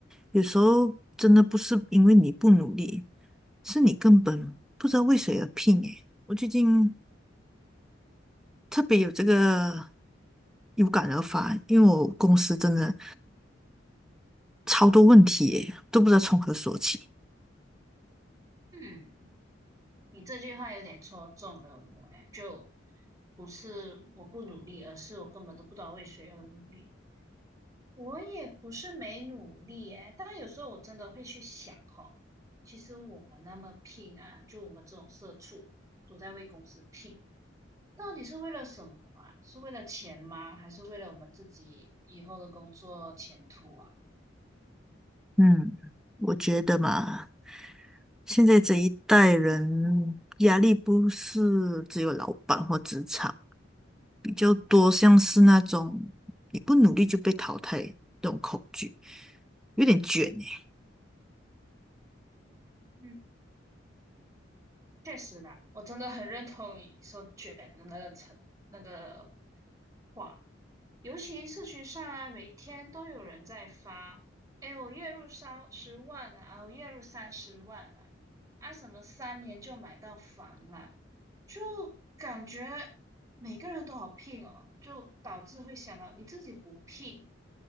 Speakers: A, in the centre; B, on the right.
A: 有时候真的不是因为你不努力，是你根本不知道为谁而拼诶。我最近特别有这个有感而发，因为我公司真的超多问题耶，都不知道从何说起。
B: 嗯，你这句话有点戳中了我哎，就不是我不努力，而是我根本都不知道为谁而努力。我也不是没努力哎，但有时候我真的会去想哦，其实我们那么拼啊，就我们这种社畜都在为公司拼。到底是为了什么啊？是为了钱吗？还是为了我们自己以后的工作前途啊？
A: 嗯，我觉得嘛，现在这一代人压力不是只有老板或职场，比较多像是那种你不努力就被淘汰这种恐惧，有点卷诶。
B: 嗯，确实啦，我真的很认同你说卷的那个成那个话，尤其社群上啊，每天都有人在发，哎，我月入三十万啊，我月入三十万啊，啊什么三年就买到房了，就感觉每个人都好拼哦，就导致会想到你自己不拼。